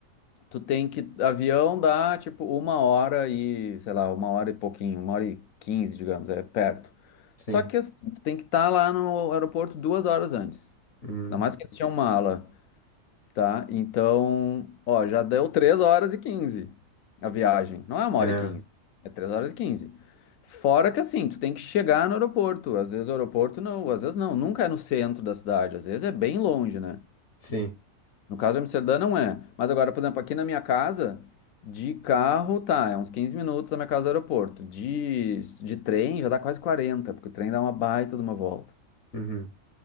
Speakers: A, on the left; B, on the left.
A: tu tem que, avião dá, tipo, uma hora e, sei lá, uma hora e pouquinho, uma hora e quinze, digamos, é perto.
B: Sim.
A: Só que, assim, tu tem que estar lá no aeroporto duas horas antes.
B: Uhum.
A: Ainda mais que eles tinham mala. tá? Então, ó, já deu 3 horas e 15 a viagem. Não é uma
B: É.
A: hora e quinze é três horas e quinze Fora que assim, tu tem que chegar no aeroporto. Às vezes o aeroporto não, às vezes não, nunca é no centro da cidade, às vezes é bem longe, né?
B: Sim.
A: No caso de Amsterdã não é. Mas agora, por exemplo, aqui na minha casa, de carro, tá, é uns 15 minutos da minha casa ao aeroporto. De, de trem já dá quase 40 porque o trem dá uma baita de uma volta.
B: Uhum.